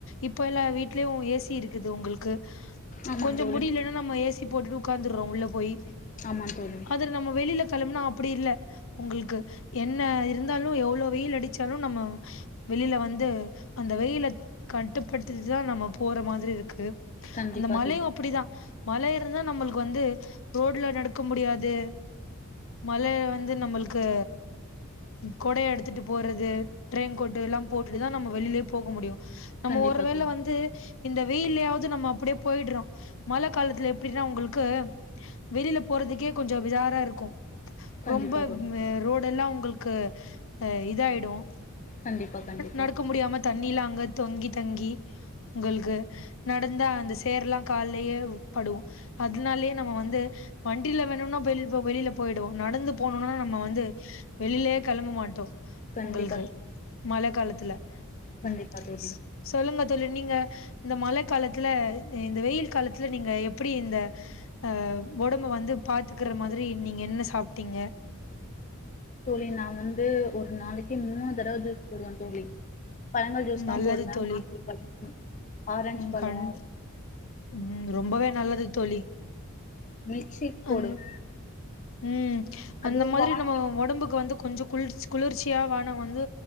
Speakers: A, on the left; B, on the left.
A: இப்ப எல்லாம் வீட்லயும் ஏசி ஏசி இருக்குது உங்களுக்கு
B: ஆமா
A: கொஞ்சோம்
B: தோழி
A: முடிலன்னா நம்ம ஏசி போட்டுட்டு உக்காந்துரோம் உள்ள போய்
B: ஆமா தோழி
A: அத நம்ம வெளில கிளம்புனா அப்டி இல்ல உங்களுக்கு என்ன இருந்தாலும் எவ்ளோ வெயில் அடிச்சாலும் நம்ம வெளில வந்து அந்த வெயில கட்டுப்பட்டுட்து தான் நம்ம போற மாரி இருக்கு
B: கண்டிப்பா
A: அந்த மலயும்
B: தோழி
A: அப்டிதான் மழ இருந்தால் நம்மளுக்கு வந்து ரோடுல நடக்க முடியாது மழ வந்து நம்மளுக்கு கொடயை எடுத்துட்டு போறது ரெயின் கோட் எல்லாம் போட்டுதான் நம்ம வெளியிலே போக முடியும் நம்ம
B: கண்டிப்பா
A: ஒருவேள
B: தோழி
A: வந்து இந்த வெயிலயாவது நம்ம அப்டியே போயிறோம் மழ காலத்துல எப்டின்னா உங்களுக்கு வெளியில போறதுக்கே கொஞ்சோம் விதாரா இருக்கும்
B: கண்டிப்பா
A: ரொம்ப
B: தோழி
A: ரோடு எல்லாம் உங்களுக்கு ஆ இதாயிடும்
B: கண்டிப்பா தோழி கண்டிப்பா கண்டிப்பா
A: நடக்க முடியாம தண்ணிலாம் தொங்கி தங்கி உங்களுக்கு நடந்த அந்த சேர்லாம் காலயே படும் அதனாலயே நம்ம வந்து வண்டியில வேணும்னா வெள வெளியில போயிடுவோம் நடந்து போனும்னா நம்ம வந்து வெளியிலே கெலமமாட்டோம்
B: கண்டிப்பா
A: உங்களுக்கு
B: தோழி
A: மழ காலத்துல
B: கண்டிப்பா
A: ம்
B: தோழி
A: சொல்லுங்க தோலி நீங்க இந்த மழ காலத்துல இந்த வெயில் காலத்துல நீங்க எப்டி இந்த அ ஒடம்ப வந்து பாத்துக்கிற மாரி நீங்க என்ன சாப்ட்டீங்க
B: தோழி நான வந்து ஒரு நாளைக்கு மூணு தடவ ஜூஸ் போடுவேன் தோலி பழங்கள் ஜூஸ்
A: நல்லது
B: தான் போடுவேன்
A: தோழி
B: ஆப்பிள் பழோம் ஆரஞ்சு
A: ம்
B: பழோம்
A: கண் ம் ரொம்பவே நல்லது தோலி
B: மில்க் ஷேக்
A: அ
B: போடுவே
A: ம் அந்த
B: அது
A: மாரி
B: வாழ
A: நம்ப உடம்புக்கு வந்து கு கொஞ்சம் குளிர் குளிர்ச்சியா வான வந்து